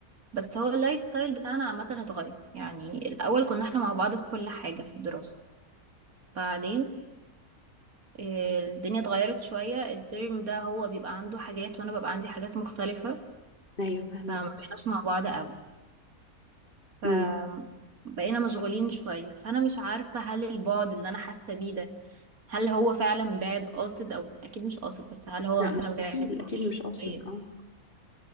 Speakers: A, on the right; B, on the left.
A: بس هو اللايف ستايل بتاعنا عامة اتغير يعني الأول كنا احنا مع بعض في كل حاجة في الدراسة بعدين إيه، الدنيا اتغيرت شوية الترم ده هو بيبقى عنده حاجات وانا ببقى عندي حاجات مختلفة
B: ايوه فهمك
A: فما بقيناش مع بعض قوي ف
B: مم.
A: بقينا مشغولين شوية فانا مش عارفة هل البعد اللي انا حاسة بيه ده هل هو فعلا بعد قاصد او اكيد مش قاصد بس هل هو
B: لا
A: مثلا
B: مستحيل
A: بعد
B: اكيد مش قاصد
A: شوية
B: اه